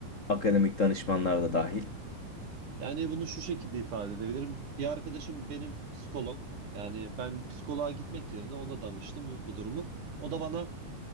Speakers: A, on the left; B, on the right.
A: Akademik danışmanlar da dahil.
B: Yani bunu şu şekilde ifade edebilirim. Bir arkadaşım benim psikolog. Yani ben psikoloğa gitmek yerine ona danıştım bu durumu. O da bana